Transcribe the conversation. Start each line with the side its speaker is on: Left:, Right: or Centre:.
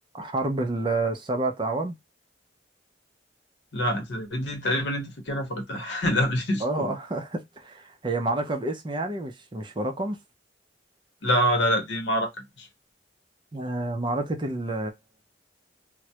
Right: حرب ال- السبعة أعوام
Left: لا انت دي تقريبا انت فاكرها فقلتها <laughs> لا مش
Right: اه
Left: دي
Right: <laughs> هي معركة باسم يعني مش مش برقم
Left: لا لا لا دي معركة مش
Right: آه معركة ال